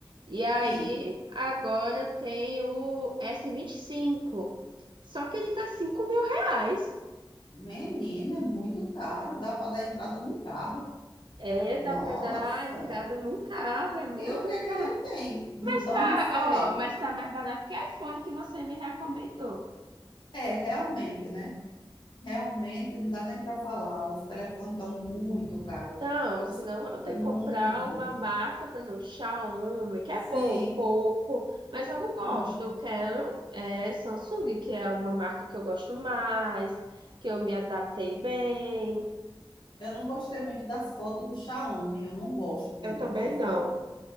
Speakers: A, on the right; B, on the left.
A: E aí
B: sim.
A: agora tem o S25. Só que ele tá 5 reais.
B: Menina, é muito caro. Dá para dar entrada num carro.
A: É, dá
B: Nossa.
A: para dar entrada num carro, é muito
B: E o que é
A: caro.
B: que ele tem de
A: Mas
B: tão
A: tá,
B: diferente?
A: ó, mas tá mais barato que iPhone que você me recomendou.
B: É, realmente, né? Realmente não dá nem para falar. Os telefones estão muito caros.
A: Então, senão
B: Os-
A: eu tenho
B: é Muito.
A: que comprar uma marca, por exemplo, Xiaomi, que é
B: Sim.
A: bom, pouco, mas eu não gosto.
B: Hum.
A: Eu quero é, Samsung, que é uma marca que eu gosto mais, que eu me adaptei bem.
B: Eu não gostei muito das fotos do Xiaomi. Eu não gosto muito
A: Eu também
B: das
A: não.
B: fotos.